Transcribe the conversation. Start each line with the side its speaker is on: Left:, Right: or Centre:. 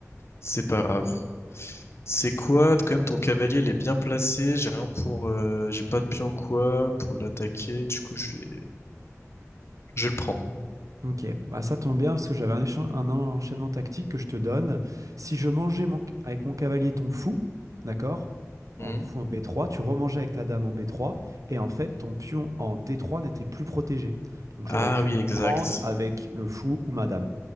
Left: C'est pas grave. C'est quoi? Quand même, ton cavalier, il est bien placé. J'ai rien pour, euh, j'ai pas de pion ou quoi pour l'attaquer. Du coup, je vais, je vais le prendre.
Right: Ok, bah ça tombe bien parce que j'avais un, échan- un enchaînement tactique que je te donne. Si je mangeais mon- avec mon cavalier ton fou, d'accord,
Left: Hmm.
Right: en fou en b trois, tu remangeais avec ta dame en b trois et en fait ton pion en d trois n'était plus protégé. Donc j'aurais
Left: Ah
Right: pu
Left: oui,
Right: le
Left: exact.
Right: prendre avec le fou ou ma dame.